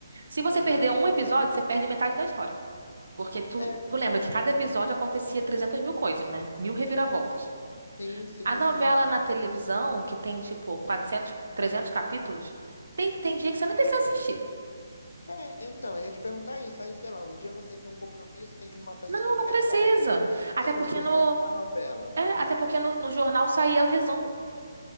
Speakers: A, on the right (about 75°); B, on the left (about 85°).
A: Se você
B: Aham.
A: perder um episódio, você perde metade da história. Porque tu,
B: É, então.
A: tu lembra que cada episódio acontecia 300 mil coisas, né? Mil reviravoltas.
B: Sim, sim,
A: A novela
B: sim, sim.
A: na televisão, que tem tipo 400, 300 capítulos, tem, tem dia que você nem precisa assistir.
B: É, então, eu ia te perguntar isso. Aí, sei lá, um dia você tem um compromisso, tem que ir numa festa
A: Não,
B: de aniversário.
A: não precisa. Até
B: Aí você
A: porque
B: não consegue
A: no,
B: ver a novela.
A: é, até porque no, no jornal saía o resumo.